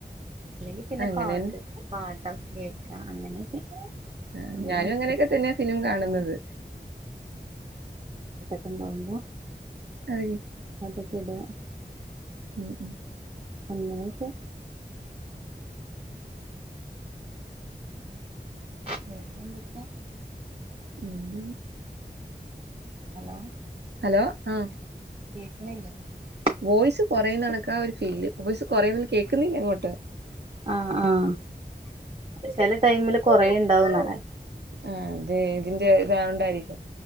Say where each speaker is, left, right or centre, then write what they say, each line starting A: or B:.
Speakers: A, on the right (about 35°); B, on the right (about 85°).
A: അല്ലെങ്കി പിന്നെ
B: അങ്ങനെന്നെ
A: പാട്ട് പ പാട്ടൊക്കെ കേൾക്കാം അങ്ങനെയൊക്കെ
B: ആ
A: പിന്നെ
B: ഞാനും
A: ബാക്കി
B: അങ്ങനെയൊക്കെ തന്നെയാ ഫിലിം കാണുന്നത്
A: ആഹ് ന്താാവുമ്പോ
B: അതിന്
A: <unintelligible>
B: ഉം
A: അങ്ങനെയൊക്കെ വേറെന്തൊക്കാ
B: ഉം
A: ഹലോ
B: ഹലോ ആഹ
A: ന <unintelligible>
B: വോയിസ് കൊറയുന്നണക്കാ ഒരു ഫീല് വോയിസ് കൊറയുന്നു കേക്കുന്നില്ല ഇങ്ങോട്ട്
A: ആഹ ആഹ ചെല ടൈമില് കൊറയ്ണ്ടാവുന്നല്ലെ
B: ആഹ തെ ഇതിന്റെ ഇതായോണ്ടായിരിക്കും